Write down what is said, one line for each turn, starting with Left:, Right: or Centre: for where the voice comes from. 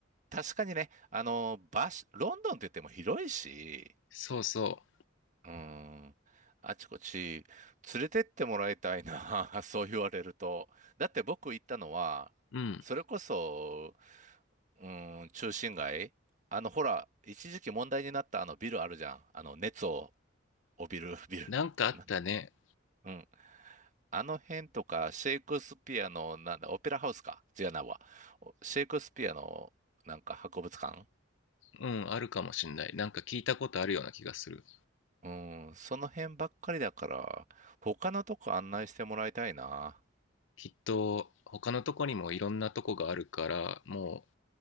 Right: 確かにね。あの、場所、ロンドンって言っても広いし、
Left: そうそ
Right: うん。あちこち連れてってもらいたいな。<laughs> そう言われると。だって僕行ったのは、
Left: う。うん。
Right: それこそ、うん、中心街。あの、ほら、一時期問題になったあのビルあるじゃん。あの、熱を帯びるビル。
Left: なんかあったね。
Right: なんだ。うんあの辺とか、シェイクスピアの、なんだ、オペラハウスか違うなわ。おシェイクスピアの、なんか博物館
Left: うん、あるかもしんない。なんか聞いたことあるような気がする。
Right: うん、その辺ばっかりだから、他のとこ案内してもらいたいな。
Left: きっと、他のとこにもいろんなとこがあるから、も